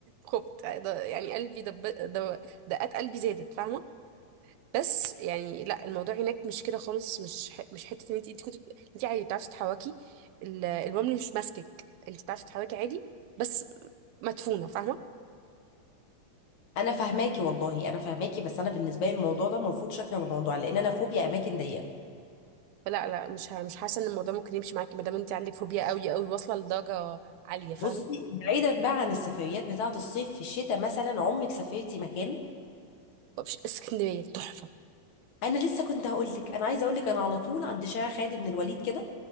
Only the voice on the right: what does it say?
خفت آه، ده- يعني قلبي دب... دو- دقات قلبي زادت فاهمه بس يعني لا الموضوع هناك مش كده خالص مش ح... مش حته ان انت انت كنت انت عادي بتعرفي تتحركي ال- الرمل مش ماسكك انت بتعرفي تتحركي عادي بس مدفونه فاهمه
لا لا مش ه- مش حاسه ان الموضوع ممكن يمشي معاكي ما دام انت عندك فوبيا قوي قوي واصله لدرجه عاليه فاهم
مش اسكندريه تحفه